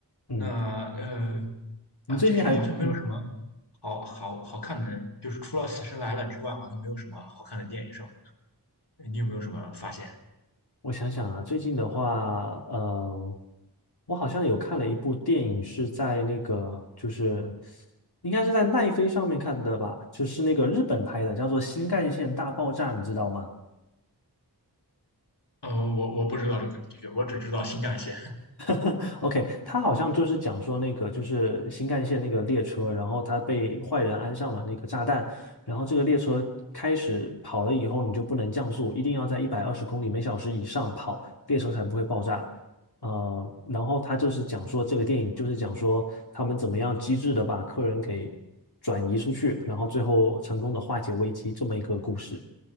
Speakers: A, on the left; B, on the left.
A: 嗯，
B: 那呃
A: 你最近还，
B: 啊，最近好像没有什么好好好看的，
A: 嗯，
B: 就是除了《死神来了》之外，好像没有什么好看的电影，是吧？你有没有什么发现？
A: 我想想啊，最近的话，呃，我好像有看了一部电影，是在那个，就是应该是在奈飞上面看的吧，就是那个日本拍的，叫做《新干线大爆炸》，你知道吗？
B: 呃，我我不知道这个剧，我只知道新干线。
A: <laughs> OK，他好像就是讲说那个就是新干线那个列车，然后他被坏人安上了那个炸弹，然后这个列车开始跑了以后，你就不能降速，一定要在一百二十公里每小时以上跑，列车才不会爆炸。呃，然后他就是讲说这个电影就是讲说他们怎么样机智的把客人给转移出去，然后最后成功的化解危机这么一个故事。